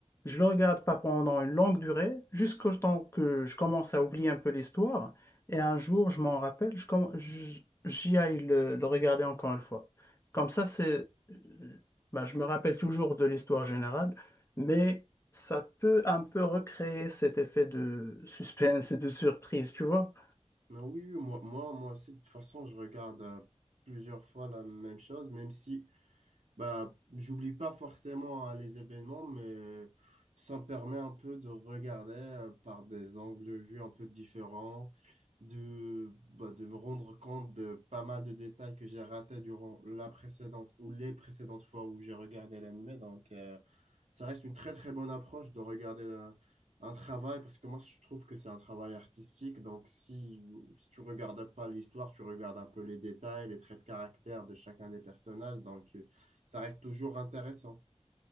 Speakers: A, on the left (about 20°); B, on the right (about 70°).
A: je le regarde pas pendant une longue durée, jusqu'au temps que je commence à oublier un peu l'histoire, et un jour, je m'en rappelle, je comm- je- j'y aille le, le regarder encore une fois. Comme ça, c'est, euh, bah, je me rappelle toujours de l'histoire générale, mais ça peut un peu recréer cet effet de suspense et de surprise, tu vois?
B: Non, oui, oui, moi, moi, moi aussi, de toute façon, je regarde euh, plusieurs fois la même chose, même si Bah, j'oublie pas forcément hein, les événements, mais ça me permet un peu de regarder euh, par des angles de vue un peu différents, de, bah, de me rendre compte de pas mal de détails que j'ai ratés durant la précédente ou les précédentes fois où j'ai regardé l'anime. Donc, euh, ça reste une très très bonne approche de regarder euh, un travail parce que moi, je trouve que c'est un travail artistique. Donc, si, si tu regardes pas l'histoire, tu regardes un peu les détails, les traits de caractère de chacun des personnages. Donc, euh, ça reste toujours intéressant.